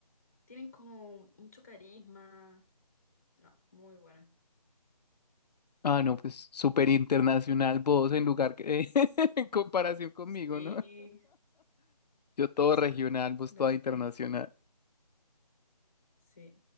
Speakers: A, on the left (about 25°); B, on the left (about 85°).
A: tienen como mucho carisma. No, muy buena.
B: Ah, no, pues súper internacional vos en lugar que <laughs> en comparación conmigo,
A: Sí,
B: ¿no? Yo todo
A: es
B: regional, vos
A: la
B: toda
A: diferencia.
B: internacional.
A: Sí.